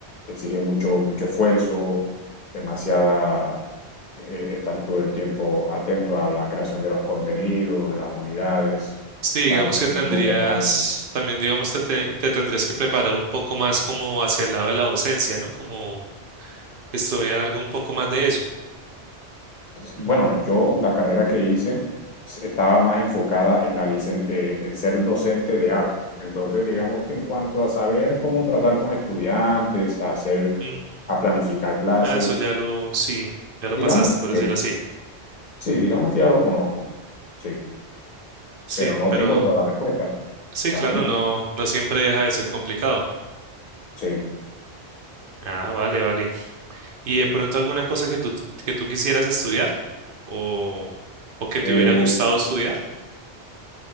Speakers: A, on the left; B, on the right.
A: exige mucho, mucho esfuerzo, demasiada eh, estar todo el tiempo atento a la creación de los contenidos, de las unidades,
B: Sí, digamos
A: estar
B: que
A: todo
B: tendrías,
A: el tiempo preparando.
B: también digamos te, te- te tendrías que preparar un poco más como hacia el lado de la docencia, ¿no? Como estudiar algo un poco más de eso.
A: bueno,
B: Ujú.
A: yo la carrera que hice estaba más enfocada en la licen- eh, en ser docente de arte. Entonces, digamos que en cuanto a saber cómo tratar con estudiantes, a hacer,
B: Mm,
A: a planificar clases,
B: ah, eso ya lo, sí, ya lo
A: digamos
B: pasaste, por decirlo
A: que
B: así.
A: sí, digamos que ya lo conozco, sí,
B: Sí,
A: pero no
B: pero
A: tengo todas las respuestas,
B: sí,
A: claramente,
B: claro, no, no siempre deja de ser complicado.
A: sí.
B: Ah, vale, vale. ¿Y de pronto alguna cosa que tú, que tú quisieras estudiar o, o que te
A: Eh,
B: hubiera gustado estudiar?